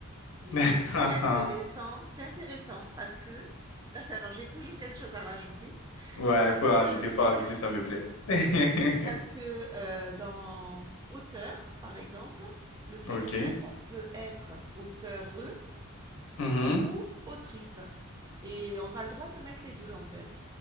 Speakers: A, on the right; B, on the left.
A: mais
B: <laughs>
A: c'est vrai que c'est intéressant. C'est intéressant parce que, <laughs> alors j'ai toujours quelque chose à rajouter,
B: Ouais,
A: parce
B: faut rajouter,
A: que,
B: faut rajouter,
A: euh,
B: ça me plaît. <laughs>
A: parce que euh, dans auteur, par exemple, le féminin,
B: Ok.
A: ça peut être auteure,
B: Mhm.
A: ou autrice. Et on a le droit de mettre les deux en fait.